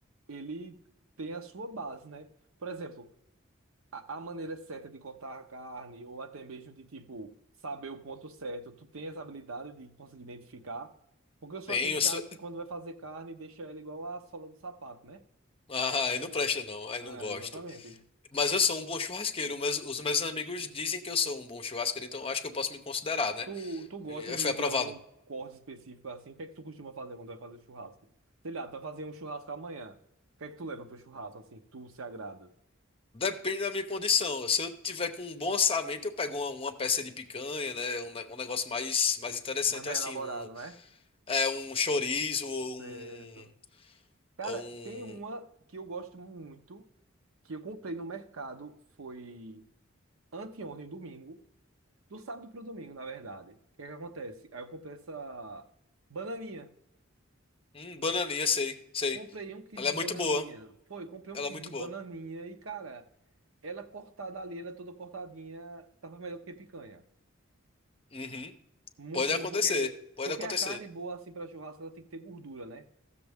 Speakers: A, on the right; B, on the left.
A: ele tem a sua base, né? Por exemplo. a, a maneira certa de cortar a carne, ou até mesmo de, tipo, saber o ponto certo. Tu tem essa habilidade de conseguir identificar? Porque eu sou
B: Tem
A: aquele
B: os.
A: cara que quando vai fazer carne, deixa ela igual a sola do sapato, né?
B: Ah, aí não presta não, aí
A: Ah,
B: não gosto.
A: exatamente.
B: Mas eu sou um bom churrasqueiro, mas os meus amigos dizem que eu sou um bom churrasqueiro, então eu acho que eu posso me considerar, né?
A: Tu, tu gosta
B: E eh,
A: de,
B: Foi aprovado.
A: de algum corte específico assim? O que é que tu costuma fazer quando vai fazer churrasco? Sei lá, tu vai fazer um churrasco amanhã. O que é que tu leva pro churrasco, assim, que tu se agrada?
B: Depende da minha condição. Se eu tiver com um bom orçamento, eu pego uma, uma peça de picanha, né? Um, ne- um negócio mais, mais interessante
A: Mais bem
B: assim,
A: elaborado,
B: um,
A: né?
B: é, um chorizo ou
A: Certo.
B: um,
A: Cara,
B: ou um,
A: tem uma que eu gosto muito, que eu comprei no mercado, foi anteontem, domingo, do sábado pro domingo, na verdade. O que é que acontece? Aí eu comprei essa bananinha.
B: um bananinha, sei, sei.
A: Comprei um quilo
B: Ela
A: de
B: é muito
A: bananinha.
B: boa.
A: Foi, comprei um
B: Ela
A: quilo
B: é muito
A: de bananinha
B: boa.
A: e, cara, ela cortada ali, ela é toda cortadinha, tava melhor do que picanha.
B: Uhum.
A: Muito
B: Pode
A: bom,
B: acontecer,
A: porque,
B: pode
A: porque
B: acontecer.
A: a carne boa, assim, pra churrasco, ela tem que ter gordura, né?